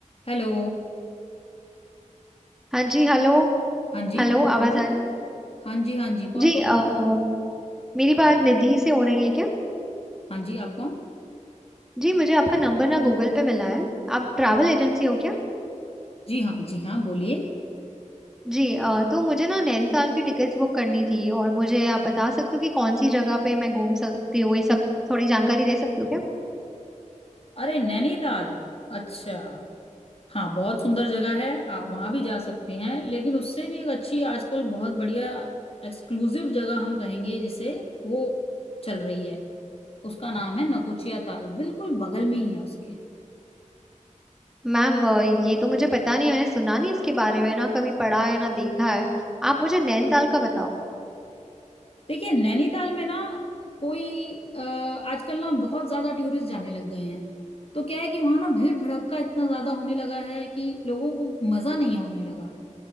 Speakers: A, on the left; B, in the centre.
A: Hello
B: हाँ जी hello
A: हाँ जी
B: Hello
A: कौन बोल
B: आवाज
A: रहे
B: आ
A: हैं?
B: रही है
A: हाँ जी हाँ जी कौन
B: जी
A: बोल रहे
B: अम,
A: हैं?
B: मेरी बात निधि से हो रही है क्या
A: हाँ जी आप कौन
B: जी मुझे आपका नंबर ना गूगल पे मिला है आप ट्रैवल एजेंसी हो क्या
A: जी हाँ जी हाँ बोलिए
B: जी अ, तो मुझे ना नैनीताल की टिकट्स बुक करनी थी और मुझे आप बता सकते हो कि कौन सी जगह पे मैं घूम सकती हूँ ये सब थोड़ी जानकारी दे सकती हो क्या
A: अरे नैनीताल अच्छा हाँ बहुत सुंदर जगह है आप वहां भी जा सकते हैं लेकिन उससे भी एक अच्छी आजकल बहुत बढ़िया एक्सक्लूसिव जगह हम कहेंगे जिसे वो चल रही है उसका नाम है नकुचिया ताल बिल्कुल बगल में ही है उसके
B: मैम अ, ये तो मुझे पता नहीं मैंने सुना नहीं इसके बारे में ना कभी पढ़ा है ना देखा है आप मुझे नैनीताल का बताओ
A: देखिए नैनीताल में ना कोई अ, आजकल ना बहुत ज्यादा टूरिस्ट जाने लग गए हैं तो क्या है कि वहां ना भीड़ भड़क्का इतना ज्यादा होने लगा है कि लोगों को मजा नहीं आने लगा